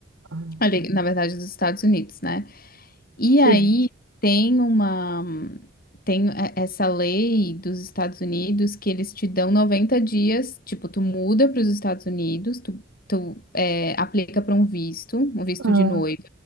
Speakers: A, on the right; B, on the left.
A: aham.
B: Ali, na verdade, dos Estados Unidos, né? E
A: Sim.
B: aí tem uma tem é- essa lei dos Estados Unidos que eles te dão 90 dias, tipo, tu muda para os Estados Unidos, tu, tu é, aplica para um visto, um visto
A: aham,
B: de noiva,